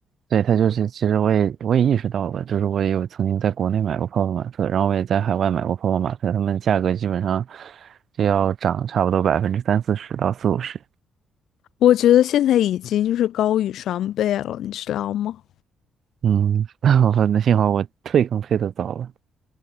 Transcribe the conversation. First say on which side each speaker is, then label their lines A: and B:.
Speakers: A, on the right; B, on the left.
A: 对，他就是，其实我也我也意识到了，就是我也有曾经在国内买过泡泡玛特，然后我也在海外买过泡泡玛特，他们价格基本上就要涨差不多百分之三四十到四五十。
B: 我觉得现在已经就是高于双倍了，你知道吗？
A: 嗯，<laughs> 我那幸好我退坑退的早了。